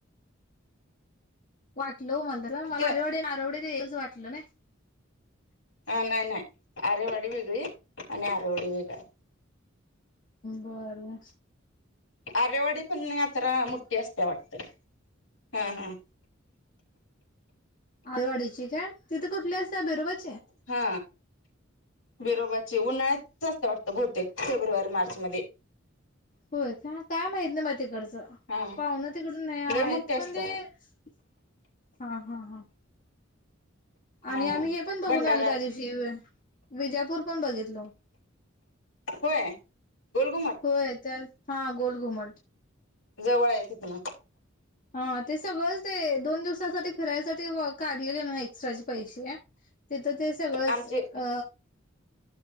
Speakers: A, on the left; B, on the left.
A: वाटल हो.. मला
B: ते
A: आरेवडे नारवडे वेगळच वाटल नाय?
B: अ नाही नाही आरेवाडी वेगळी आणि आरावाडी वेगळाये.
A: बरोबर.
B: आरेवाडी पण यात्रा मोठी असतेय वाटत ह.. ह.
A: आरेवाडीची का? तिथे कुठली असतेय बरोबर.
B: हा.. बरोबाचे उन्हाळ्यात वाटत बहुतेक फेब्रुवारी मार्च मध्ये?
A: होय.. का? काय माहीत नाही बाई तिकडच?
B: हा
A: पाव्हण तिकडून नाय आहेत
B: लय मोठी असत्या
A: पण ते? हा.. हा.. हा.
B: हा.
A: आणि आम्ही.. हे पण बघून
B: भंडारा
A: आलो त्या दिवशी? विजापूर पण बघितल.
B: होय.. गोल घुमट.
A: होय त्या हा गोल घुमट.
B: जवळ आहे तिथन.
A: हा ते सगळंच ते दोन दिवसासाठी फिरायसाठी काढलेले ना एक्स्ट्राचे पैसे तर ते सगळच
B: आमचे
A: अ..